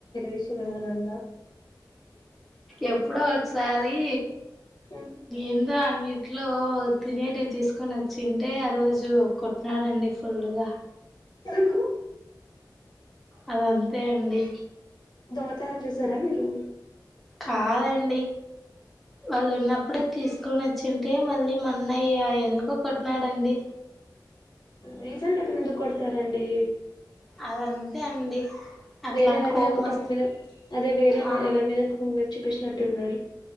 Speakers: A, on the left; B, in the centre.
A: విషయంనందా
B: ఎప్పుడో ఒకసారి
A: మ్మ్.
B: ఉం అంగట్లో తినేటివి తీసుకొని వచ్చింటే ఆ రోజు కొట్టినాడుండి ఫుల్గా
A: రు
B: అదంతే అండి
A: దొంగతనం చేసారా మీరు
B: కాదండి వాళ్ళు ఉన్నప్పుడు తీసుకొని వచ్చింటే మళ్ళీ మా అన్నయ్య ఎందుకు కొట్టినాడండి.
A: రీజన్ లేకుండా ఎందుకు కొడతారండి.
B: అదంతే అండి అట్లా
A: వేరే ఎవరి మీద కోపం
B: వస్తు
A: మీ మీద అదే వేరే
B: ఆ
A: ఎవరి మీద కోపం మీ మీద చూపిచినట్టున్నారు.